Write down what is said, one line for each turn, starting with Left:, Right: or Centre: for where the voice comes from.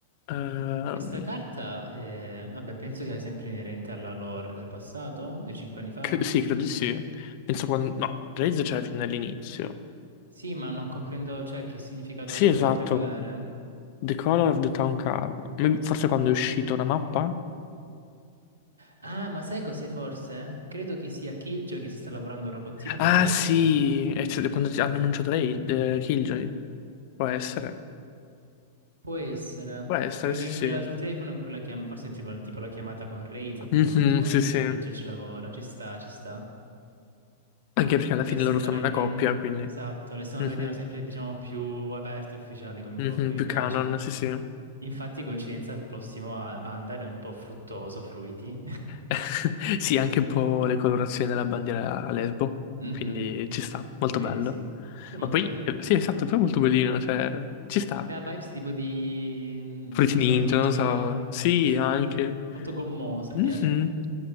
Left: Ehm,
Right: Questa carta, eh, vabbè, penso sia sempre inerente alla lore del passato, dei cinque anni fa.
Left: cre- sì, credo di sì. Penso quando... No, Raze c'era fin dall'inizio.
Right: Sì, ma non comprendo, cioè, che significato
Left: Sì,
Right: dovrebbe,
Left: esatto.
Right: dovrebbe avere.
Left: The Color of the Town Card. Mi- Forse quando è uscita una mappa?
Right: Ah, ma sai cos'è forse? Credo che sia Killjoy che sta lavorando al robottino per
Left: Ah
Right: Raze.
Left: sì, è stato quando ti- hanno annunciato lei, eh, Killjoy. Può essere.
Right: Può essere.
Left: Può essere,
Right: Credo
Left: sì
Right: che in quella,
Left: sì.
Right: sul telefono, in quella chiam- forse è tipo, tipo la chiamata con Raze, appunto,
Left: Mhm, sì
Right: mentre
Left: sì. Anche
Right: Killjoy ci lavora. Ci sta, ci sta.
Left: perché alla fine
Right: Le stanno
Left: loro sono
Right: rendendo...
Left: una coppia, quindi...
Right: Esatto, le stanno
Left: Mhm,
Right: rendendo sempre, diciamo, più aperte e ufficiali come
Left: mhm,
Right: coppia,
Left: più
Right: mi piace.
Left: canon, sì sì.
Right: Infatti, coincidenza, il prossimo a Vandal è un po' fruttoso, fruiti. <laughs>
Left: <laughs> Sì, anche un po' le colorazioni della bandiera a lesbo.
Right: Mhm,
Left: Quindi ci sta, molto
Right: direi
Left: bello.
Right: di sì. Sì, è molto
Left: Ma poi,
Right: carino.
Left: eh, sì, esatto, poi è molto bellino, cioè, ci sta.
Right: Mi dà vibes tipo di, mm,
Left: Fruity
Right: non
Left: Ninja,
Right: so, di
Left: non
Right: chewing
Left: so.
Right: gum.
Left: Sì,
Right: S-
Left: anche.
Right: di- Molto gommoso,
Left: Mhm.
Right: mi piace.